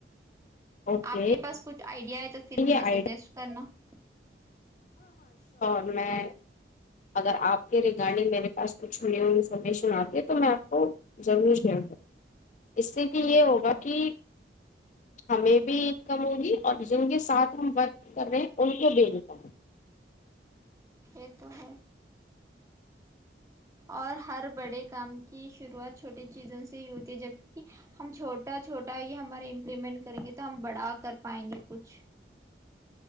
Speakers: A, on the left; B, on the right.
A: اوکے
B: آپ کے پاس کچھ آئیڈیا ہے تو ھر مجھے
A: یہ
B: سجیسٹ
A: آئی
B: کرنا <inaudible>
A: ہم میں اگر آپ کے ریگارڈنگ میرے پاس کچھ نیو انفارمیشن آتی تو میں آپ کو ضرور د دوں اس سے کہ یہ ہوگا کہ ہمیں بھی انکم ہوگی اور جن کے ساتھ ہم ورک کر رہے ان کے بھیجتا
B: یہ تو ہے اور ہر بڑے کام کی شروعات چھوٹی چیزوں سے ہی ہوتی ہے جبک ہم چھوٹا چھوٹا یہ ہمارے امپلیمنٹ کریں گے تو ہم بڑا کر پائیں گے کچھ